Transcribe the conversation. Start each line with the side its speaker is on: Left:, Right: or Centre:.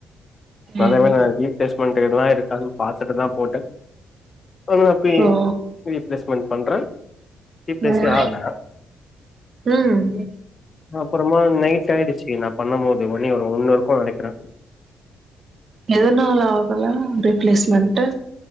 Left: நல்ல
Right: ம்
Left: வேல நா ரீப்ளேஸ்மென்ட்லா இருக்கான்னு பாத்துட்டுதான் போட்டேன் நானு அப்பி
Right: ஓ
Left: ரீப்ளேஸ்மென்ட் பண்றே ரீப்ளேஸு
Right: ம்
Left: ஆகல
Right: ம்
Left: அப்பறமா நைட் ஆயிடுச்சு நா பண்ணபோது மணி ஒரு ஒன்னு இருக்குன்னு நெனைக்றேன்
Right: எதுனால ஆகல ரீப்ளேஸ்மெண்ட்டு